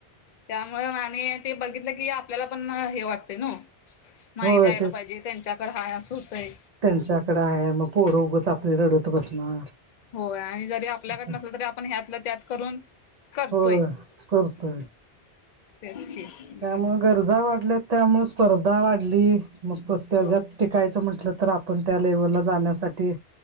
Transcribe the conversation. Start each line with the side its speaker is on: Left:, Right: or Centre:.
Left: त्यामुळं आणि ते बघितलं की आपल्याला पण हे वाटतंय न ओ नाही
Right: होय
Left: द्यायला पाहिजे त्यांच्याकड हाय अस होतंय.
Right: त्यांच्याकड आहे मग पोरं उगच आपली रडत बसणार.
Left: होय आणि जरी आपल्याकडं
Right: असं
Left: नसलं तरी आपण ह्यातला त्यात करून करतोय.
Right: होय करतोय.
Left: तेेच की, हम्म
Right: त्यामुळ
Left: हम्म.
Right: गरजा वाढल्यात त्यामुळ स्पर्धा वाढली मग प त्याज्यात
Left: हो
Right: टिकायचं म्हटलं तर आपण त्या लेवलला जाण्यासाठी